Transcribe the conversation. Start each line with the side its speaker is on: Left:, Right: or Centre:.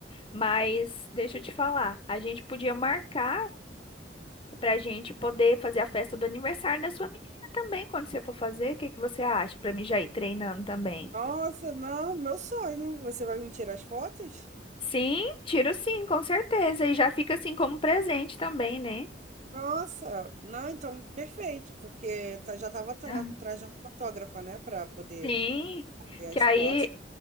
Left: Mas deixa eu te falar, a gente podia marcar para a gente poder fazer a festa do aniversário da sua menina também, quando você for fazer. O que que você acha? Para mim já ir treinando também.
Right: Nossa, não, meu sonho. Você vai me tirar as fotos?
Left: Sim, tiro sim, com certeza. E já fica assim como presente também, né?
Right: Nossa, não, então perfeito, porque eu tá- já estava atrás
Left: Aham.
Right: de uma fotógrafa, né, para poder
Left: Sim,
Right: ter as
Left: que aí,
Right: fotos.